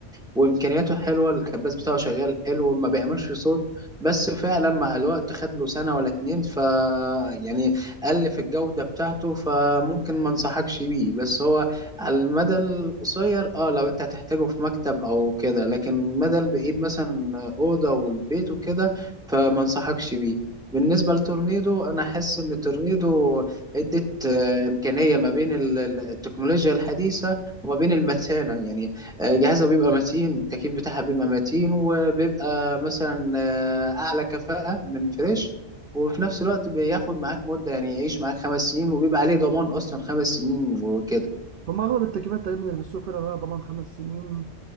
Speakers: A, in the centre; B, on the right.
A: وامكانياته حلوه الكباس بتاعه شغال حلو ما بيعملش صوت بس فعلا مع الوقت خد له سنه ولا اتنين ف يعني قل في الجوده بتاعته فممكن ما انصحكش بيه بس هو على المدى القصير اه لو انت هتحتاجه في مكتب او كده لكن المدى البعيد مثلا اوضه والبيت وكده فما انصحكش بيه بالنسبه لتورنيدو انا حاسس ان تورنيدو ادت آه، امكانيه ما بين ال- ال- التكنولوجيا الحديثه وما بين المتانه يعني آه، جهازها بيبقى متين التكييف بتاعها بيبقى متين وبيبقى مثلا آه، اعلى كفاءه من فريش وفي نفس الوقت بياخد معاك مدة يعني يعيش معاك خمس سنين وبيبقى عليه ضمان أصلا خمس سنين وكده
B: هم اغلب التكييفات تقريبا اللي في السوق فعلا عليها ضمان خمس سنين